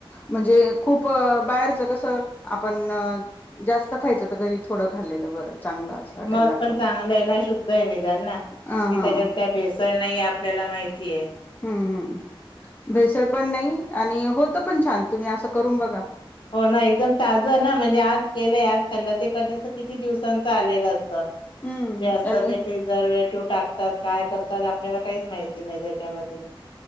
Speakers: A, on the left; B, on the left.
A: म्हणजे खूंप बाहेरचं कसं आपणं जास्तं खायचं तरं घरी थोडं खाल्लेलं बरं चांगलं असं वाटायला
B: मंग
A: लागलं.
B: पणं चांगलं आहे नां शुद्ध आहे निधान नां कि
A: हा हा
B: त्यांच्यात कायं भेसळ भेसरं नाहीं आपल्यांला माहिती आहे
A: हम्मं हम्मं भेसळ पणं नाहीं आणि होतं पणं छान तुम्हीं असं करूंन बघां
B: हो नां एकदंम ताजं नां म्हणजे आंज केलंय आंज खाल्लं ते कधीं तरं किती दिवसांचं आलेलं असतं
A: हम्म
B: जे असतांत
A: आणि
B: ते प जरं वेळी दूधं टाकतांत कायं टाकतांत काहींचं माहित नसतं आपल्यांला त्यांच्या वेळी